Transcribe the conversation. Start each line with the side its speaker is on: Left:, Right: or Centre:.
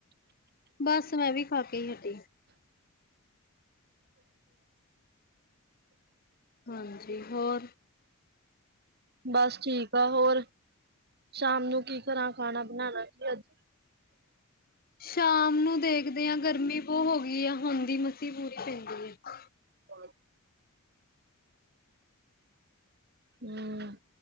Left: ਬਸ ਮੈਂ ਵੀ ਖਾ ਕੇ ਈ ਹਟੀ ਆ ਹਾਂਜੀ ਹੋਰ
Right: ਬਸ ਠੀਕ ਆ ਹੋਰ ਸ਼ਾਮ ਨੂੰ ਕੀ ਕਰਾਂ ਖਾਣਾ ਬਣਾਣਾ ਸੀ ਅੱਜ
Left: ਸ਼ਾਮ ਨੂੰ ਦੇਖਦੇ ਆ ਗਰਮੀ ਬਹੁਤ ਹੋ ਗਈ ਆ ਹੋਂਦੀ ਮਸੀ ਪੂਰੀ ਪੈਂਦੀ ਆ
Right: <inaudible> ਹੂੰ